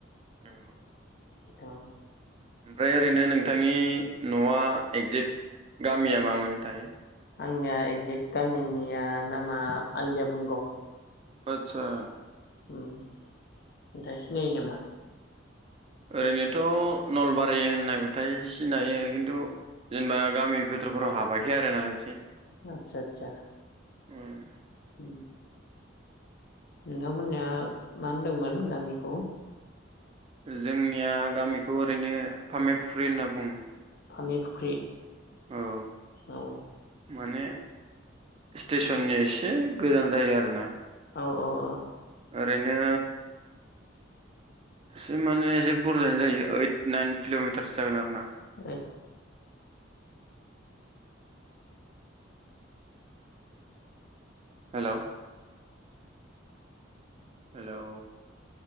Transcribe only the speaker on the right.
औ
ओमफ्राय ओरैनो नोंथांनि न'आ एगजेक्ट गामिया मामोन थाय?
आतसा।
ओरैनोथ' नलबारि होननायबाथाय सिनायो खिन्थु जोंना गामि भितुरफोराव हाबाखै आरोना बिदि।
उम
जोंनिया गामिखौ ओरैनो फामेफुख्रि होनना बुङो।
औ
माने स्टेसननि एसे गोजान जायो आरो ना।
आरोरैनो एसे माने एसे बुरजायानो जायो ओइद नाइन किलमिटारसो जागोन आरो ना।
Hello hello